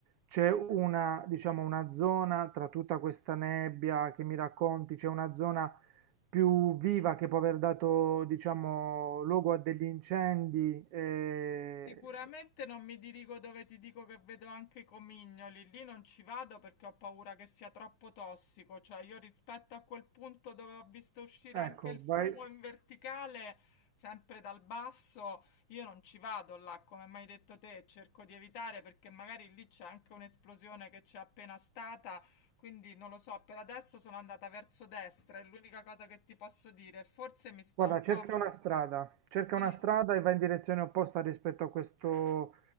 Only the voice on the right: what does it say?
c'è una, diciamo, una zona tra tutta questa nebbia che mi racconti, c'è una zona più viva che può aver dato, diciamo, luogo a degli incendi? eh,
Ecco,
vai.
Guarda,
cerca una strada, cerca
una strada e va in direzione opposta rispetto a questo,